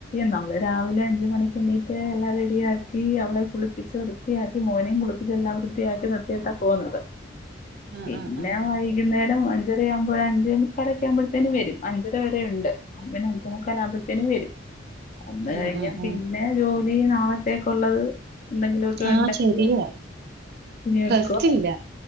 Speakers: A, on the left (about 40°); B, on the right (about 55°).
A: നമ്മള് രാവിലെ അഞ്ച് മണിക്ക് എണ്ണീറ്റ എല്ലാം റെഡിയാക്കി അവളെ കുളിപ്പിച്ച്ർ വൃത്തിയാക്കി മോനിം കുള്പ്പിച്ചെല്ലാം വൃത്തിയാക്കി നിർത്തിയിട്ടാ പോകുന്നത്
B: ആ
A: പിന്ന
B: ആ ആ
A: വൈ വൈകുന്നേരം അഞ്ചര ആവുമ്പോ അഞ്ചേ മുക്കാലൊക്കെ ആവുമ്പോഴത്തേ വരും അഞ്ചര വരെ ഉണ്ട് അഞ്ചു കല്പോഴത്തേും വരും വന്ന്
B: ഉം
A: കഴിഞ്ഞാൽ
B: ഉം
A: പിന്നെ
B: ഉം
A: ജോലി നാളത്തേക്ക ഉള്ളത് എന്തെങ്കിലുമക്കെ
B: ആ
A: ഉണ്ടെങ്കിൽ
B: ശരിയാ
A: വെക്കോ
B: റെസ്റ്റ് ഇല്ല